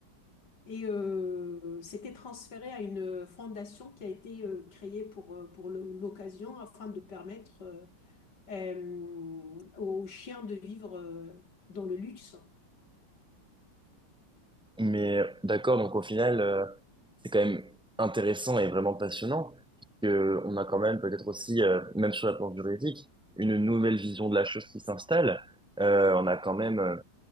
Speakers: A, on the left; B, in the centre.
A: et euh, c'était transféré à une fondation qui a été euh, créée pour, euh, pour le- l'occasion afin de permettre euh, euh, aux chiens de vivre euh, dans le luxe.
B: Mais euh, d'accord, donc au final, euh, c'est quand même intéressant et vraiment passionnant, puisque on a quand même peut-être aussi, euh, même sur la planche juridique, une nouvelle vision de la chose qui s'installe. Euh, on a quand même euh,